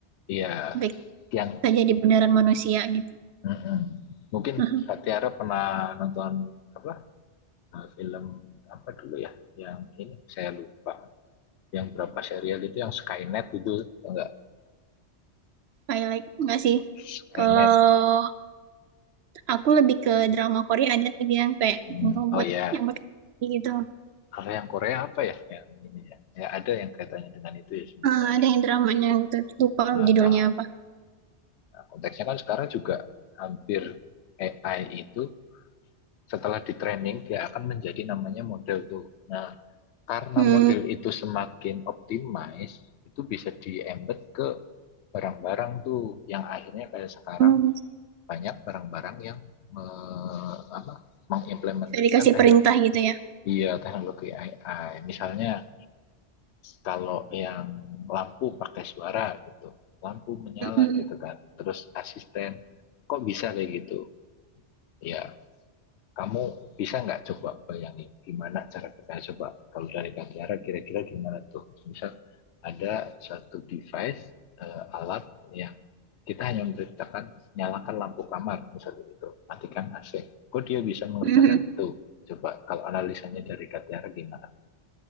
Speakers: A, on the left; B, on the right.
A: ya
B: Sampai
A: yang
B: bisa jadi beneran manusia gitu.
A: mm-mm. mungkin
B: <laughs>
A: Kak Tiara pernah nonton apa Eh, film apa dulu ya yang ini saya lupa yang berapa serial itu yang Skynet itu enggak
B: I like nggak sih?
A: Skynet
B: Kalau aku lebih ke drama Korea ada tuh dia yang kayak
A: hmm.
B: bikin robot
A: oh ya
B: yang pakai kaki gitu.
A: kalau yang Korea apa ya yang ini ya ya ada yang kaitannya dengan itu ya sebenarnya
B: Eh, ada
A: ya.
B: yang dramanya gitu lupa
A: Nah,
B: judulnya apa.
A: nah, konteksnya kan sekarang juga hampir AI itu setelah di training dia akan menjadi namanya model tuh nah karena
B: Hmm,
A: model itu semakin optimize itu bisa di embed ke barang-barang tuh yang akhirnya kayak sekarang
B: hmm,
A: banyak barang-barang yang me, apa, mengimplementasikan
B: bisa dikasih
A: teknologi,
B: perintah gitu ya.
A: iya, teknologi AI. Misalnya kalau yang lampu pakai suara gitu, lampu menyala
B: Mm-mm,
A: gitu kan, terus asisten kok bisa kayak gitu? Ya kamu bisa nggak coba bayangin gimana cara kita coba kalau dari Kak Tiara kira-kira gimana tuh misal ada satu device eh, alat yang kita hanya memberitakan nyalakan lampu kamar misalnya itu matikan AC kok dia bisa mengerjakan
B: mm
A: itu coba kalau analisanya dari Kak Tiara gimana